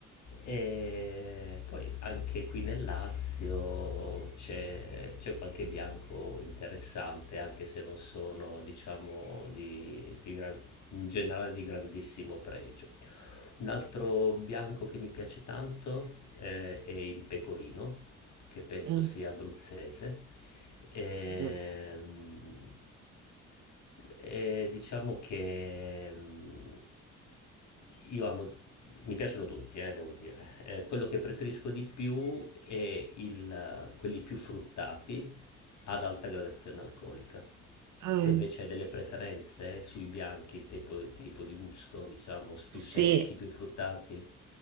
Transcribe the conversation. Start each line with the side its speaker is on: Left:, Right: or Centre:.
Left: E poi anche qui nel Lazio c'è c'è qualche bianco interessante, anche se non sono, diciamo, di, di gran- in generale di grandissimo pregio. Un altro bianco che mi piace tanto eh, è il pecorino, che penso
Right: Mm,
Left: sia abruzzese. Ehm,
Right: mm,
Left: E, diciamo che mm, io amo mi piacciono tutti, eh, devo dire. Eh, quello che preferisco di più è il, quelli più fruttati ad alta gradazione alcolica.
Right: mm.
Left: Te invece hai delle preferenze sui bianchi, il tipo, il tipo di gusto, diciamo, s- più
Right: Sì,
Left: secchi, più fruttati?